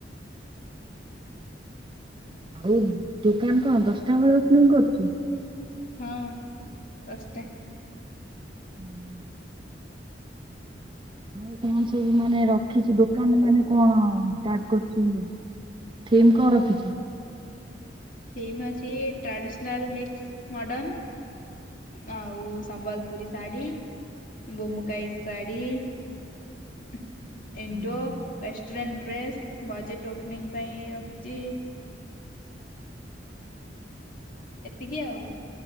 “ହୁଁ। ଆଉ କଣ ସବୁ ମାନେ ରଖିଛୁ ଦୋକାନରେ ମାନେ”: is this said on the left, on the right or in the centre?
Right